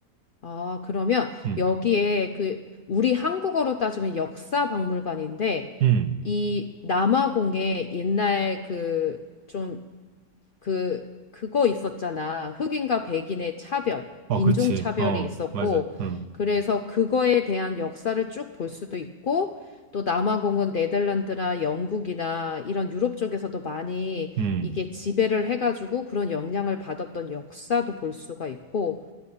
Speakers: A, on the left; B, on the right.
A: 아, 그러면
B: 음,
A: 여기에 그 우리 한국어로 따지면 역사 박물관인데
B: 음.
A: 이 남아공에 옛날 그 좀 그 그거 있었잖아. 흑인과 백인의 차별,
B: 어,
A: 인종
B: 그렇지.
A: 차별이
B: 어,
A: 있었고
B: 맞아. 음,
A: 그래서 그거에 대한 역사를 쭉 볼 수도 있고 또 남아공은 네덜란드나 영국이나 이런 유럽 쪽에서도 많이
B: 음,
A: 이게 지배를 해가지고 그런 영향을 받았던 역사도 볼 수가 있고